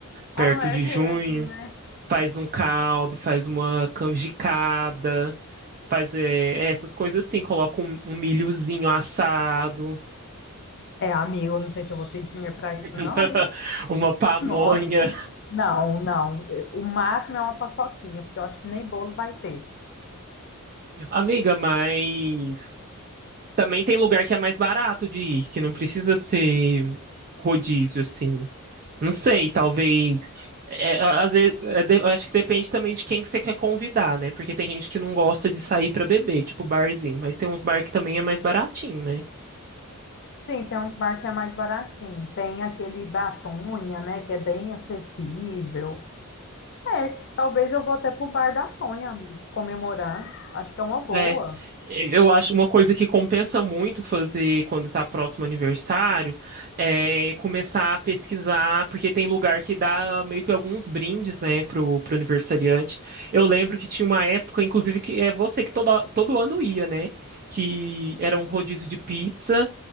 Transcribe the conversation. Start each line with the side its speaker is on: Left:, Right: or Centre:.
Left: Ah,
Right: perto
Left: é
Right: de
Left: mesmo?
Right: junho. Faz um caldo, faz uma canjicada, faz é, é essas coisas assim, coloca um um milhozinho assado.
Left: É, amiga, eu não sei se eu vou ter dinheiro para isso, não.
Right: <laughs> uma pamonha.
Left: Nossa, não, não. O máximo é uma paçoquinha, porque eu acho que nem bolo vai ter.
Right: Amiga, mas também tem lugar que é mais barato de ir, que não precisa ser rodízio, assim. Não sei, talvez. é, a- às vezes, é, de- acho que depende também de quem que você quer convidar, né? Porque tem gente que não gosta de sair pra beber, tipo barzinho, mas tem uns bar que também é mais baratinho, né?
Left: Sim, tem uns bar que é mais baratinho. Tem aquele da Tonha, né, que é bem acessível. É, talvez eu vou até pro bar da Tonha, amiga, comemorar. Acho que é uma boa.
Right: É, eu acho uma coisa que compensa muito fazer quando está próximo ao aniversário é começar a pesquisar, porque tem lugar que dá meio que alguns brindes, né, pro, pro aniversariante. Eu lembro que tinha uma época, inclusive, que é você que toda, todo ano ia, né, que era um rodízio de pizza